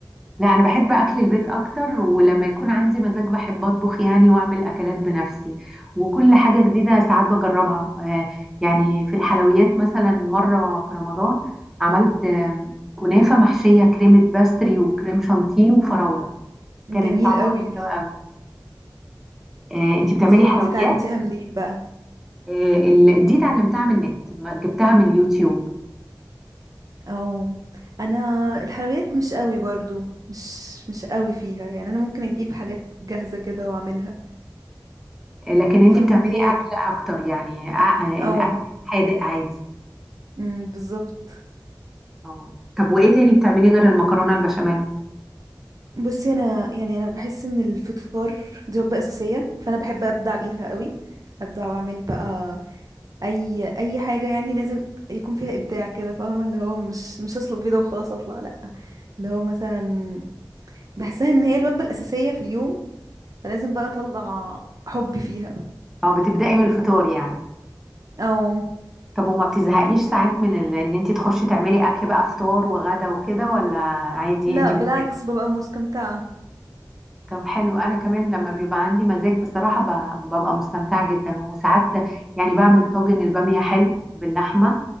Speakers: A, in the centre; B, on the right.
A: لا انا بحب اكل البيت اكتر ولما يكون عندي مزاج بحب اطبخ يعني واعمل اكلات بنفسي وكل حاجه جديده ساعات بجربها آه، يعني في الحلويات مثلا مره في رمضان عملت آم، كنافه محشيه كريمه باستري وكريم شانتيه وفراوله
B: جميل
A: كانت طعمها
B: قوي
A: حلو قوي آه، انتي بتعملي
B: دي
A: حلويات
B: دي اتعلمتيها منين بقى
A: آه، ال- دي اتعلمتها من النت ما- جبتها من اليوتيوب
B: او انا الحلويات مش قوي برضو مش مش قوي فيها يعني انا ممكن اجيب حاجات جاهزة كده واعملها
A: آه، لكن انت
B: فاهمة
A: بتعملي
B: اللي هي
A: اكل اكتر يعني آه، آه،
B: او
A: الاكل حادق عادي
B: أمم، بالظبط
A: اه طب وايه تاني بتعمليه غير المكرونه البشاميل
B: بصي انا يعني انا بحس ان الفطار دي وجبة اساسية فانا بحب ابدع بيها قوي ابدع واعمل بقى اي اي حاجة يعني لازم يكون فيها ابداع كده فاهمة اللي هو مش مش هسلق بيضة وخلاص اطلع لا اللي هو مثلا بحسها ان هي الوجبة الاساسية في اليوم فلازم بقى اطلع حبي فيها
A: اه بتبداي من الفطار يعني
B: او
A: طب وما بتزهقيش ساعات من ال... ان انت تخشي تعملي اكل بقى فطار وغدا وكده ولا عادي
B: لا
A: انت بتحبي
B: بالعكس ببقى مستمتعة
A: طب حلو انا كمان لما بيبقى عندي مزاج بصراحه ب... ببقى مستمتعه جدا وساعات يعني بعمل طاجن الباميه حلو باللحمه